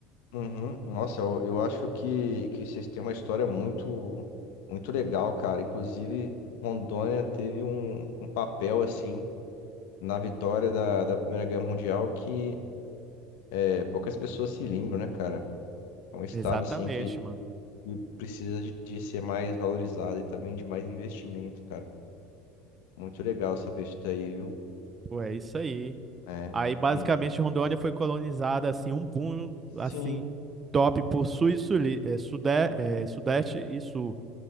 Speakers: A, on the left; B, on the right.
A: Uhum. Nossa, eu, eu acho que, que vocês têm uma história muito, muito legal, cara. Inclusive, Rondônia teve um, um papel, assim, na vitória da, da Primeira Guerra Mundial que é, poucas pessoas se lembram, né, cara? É um estado,
B: Exatamente,
A: assim, que,
B: mano.
A: que precisa de, de ser mais valorizado e também de mais investimento, cara. Muito legal saber isso daí, viu?
B: Pô, é isso aí.
A: É.
B: Aí, basicamente,
A: Hum.
B: Rondônia foi colonizada, assim, um boom, assim,
A: Sim.
B: top por sul e suli, eh, sude,
A: Aham.
B: eh, sudeste e sul.